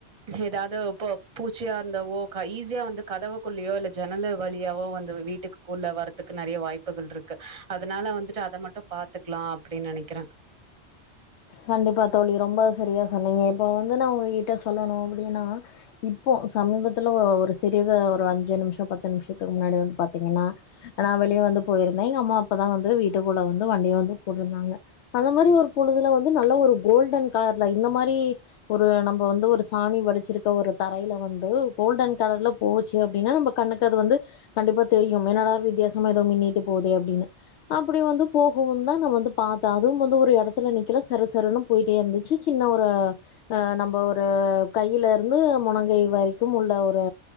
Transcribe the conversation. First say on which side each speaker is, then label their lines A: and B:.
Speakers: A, on the right; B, on the left.
A: ஏதாவது பூச்சியா இருந்தாவோ ஈஸியா வந்து கதவுக்குல்லயோ இல்ல ஜனல வழியாவோ வந்து வீட்டுக்கு உள்ள வரறதுக்கு நெறைய வாய்ப்புகள் இருக்கு அதனால வந்துட்டு அத மட்டு பாத்துக்கலா அப்பிடின்னு நெனைக்கிறேன்
B: கண்டிப்பா தோழி ரொம்ப சரியா சொன்னீங்க இப்ப வந்து நா உங்ககிட்ட சொல்லணு அப்டின்னா இப்போ சமீபத்துல ஒரு சிறிது ஒரு அஞ்சு நிமிஷ பத்து நிமிஷத்துக்கு முன்னாடி வந்து பாத்தீங்கன்னா நா வெளியே வந்து போயிருந்தே எங்க அம்மா அப்பதா வந்து வீட்டுக்குள்ள வந்து வண்டியை வந்து கூட்டிருந்தாங்க அத அந்த மாரிஒரு பொழுதுல வந்து நல்ல ஒரு கோல்டன் கலர்ல இந்த மாரி ஒரு நம்ம வந்து ஒரு சாணி வடிச்சிருக்க ஒரு தரையில வந்து கோல்டன் கலர்ல போச்சு அப்பிடின்னா நம்ம கண்ணுக்கு அது வந்து கண்டிப்பா தெரியு என்னடா வித்தியாசமா ஏதோ மின்ன்னிட்டு போதே அப்பிடின்னனு அப்பிடி வந்து போகவும் தா ந வந்து பாத்தே அதுவு வந்து ம்ம் இடத்துல நல சரசரன்னு போயிட்டே இருந்துச்சு சின்ன ஒரு அஹ நம்ம ஒரு கையில இருந்து முனங்கை வரைக்கு உள்ள ஒரு